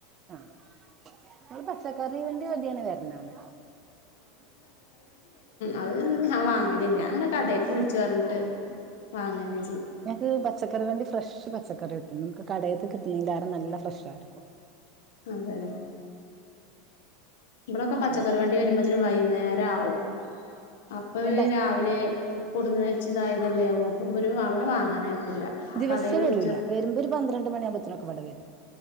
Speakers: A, on the right; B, on the left.
A: ആഹ് ഒരു പച്ചക്കറി വണ്ടി ആദ്യന്നെ വര്ല്ലാ അന്നെ
B: അവ് ഞാൻ വാങ്ങലില്ല അങ്ങനെ കടേക്ക്‌
A: നല്ല
B: വിളിച്ചു പറഞ്ഞിട്ട് അങ്ങനെ
A: ഞങ്ങക്ക് പച്ചക്കറി വണ്ടി ഫ്രഷ് പച്ചക്കറി കിട്ടും നമുക്ക് കടേത്ത് കിട്ട്നീലേറെ നല്ല ഫ്രഷ് ആയിട്ട്ക്കും
B: അതെ ഇബടൊക്കെ
A: അപ്പൊ
B: പച്ചക്കറി വണ്ടി വരുമ്പോ വൈകുന്നേരം ആവും. അപ്പൊവേ
A: എടെ
B: രാവിലെ കൊടുന്ന് വച്ചതായതല്ലെ ആവും. അപ്പൊ ഇവര് അവിടെ വാങ്ങാനയക്കൂല
A: ദിവസം
B: കടേല്
A: വരൂല്ല
B: വിളിച്ച്
A: വരുമ്പോ ഒരു പന്ത്രണ്ട് മണി ആവുമ്പോത്തനൊക്കെ ഇവിടെ വരും.